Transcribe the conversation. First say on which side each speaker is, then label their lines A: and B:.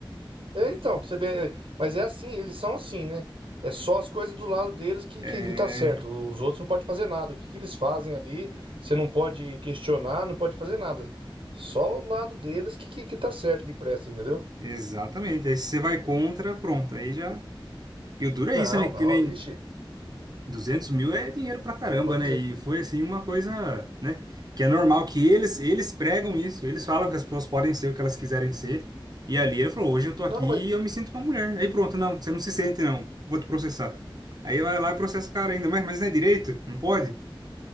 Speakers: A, on the right; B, on the right.
A: É, então, pra você ver, é, mas é assim, eles são assim, né? É só as coisas do lado deles que,
B: É,
A: que, que tá certo. Os outros não podem fazer nada. O que, que eles fazem ali, você não pode questionar, não pode fazer nada. Só o lado deles que, que, que tá certo, que presta, entendeu?
B: exatamente. Aí se você vai contra, pronto, aí já. E o duro
A: Não,
B: é isso, né? Que
A: não,
B: nem
A: ixi,
B: 200 mil é dinheiro pra caramba,
A: pode
B: né?
A: dizer.
B: E foi assim uma coisa, né? Que é normal que eles eles pregam isso, eles falam que as pessoas podem ser o que elas quiserem ser. E ali ele falou: hoje eu tô aqui
A: Não, mas
B: e eu me sinto uma mulher. Aí pronto, não, você não se sente, não, vou te processar. Aí vai lá e processa o cara ainda, mas, mas não é direito? Não pode?